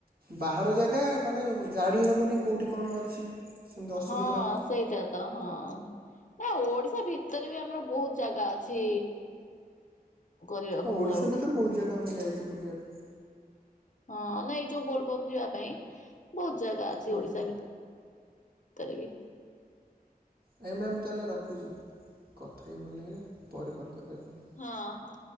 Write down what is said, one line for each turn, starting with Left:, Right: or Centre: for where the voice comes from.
Right: ବାହାର ଜାଗା ମାନେ ଜାଣିହବନି କୋଉଠି କଣ ଅଛି? ସେମିତି ଅସୁବିଧା
Left: ହଁ
Right: ହବ।
Left: ସେଇଟା। ତ ହଁ ଓଡିଶା ଭିତରେ ବି ଆମର ବହୁତ ଜାଗା ଅଛି କରିବାକୁ
Right: ଓଡ଼ିଶା
Left: ବୁଲାବୁଲି।
Right: ଭିତରେ ବହୁତ ଜାଗା ଆମେ ଯାଇଛୁ ବୁଲିବା ପାଇଁ।
Left: ହଁ ନାଇଁ ଯୋଉ ବୋଲବମ ଯିବା ପାଇଁ ବହୁତ ଜାଗା ଅଛି
Right: ଆଜ୍ଞା
Left: ଓଡିଶା ଭିତରେ। ତରି ବି।
Right: ନାଇଁ ମ୍ୟାମ୍ ତାଲେ ରଖୁଛି କଥା ହେଇକି ଭଲ ଲାଗିଲା ପରେ କଲ୍ କରିବି ଆପଣ
Left: ହଁ ହଁ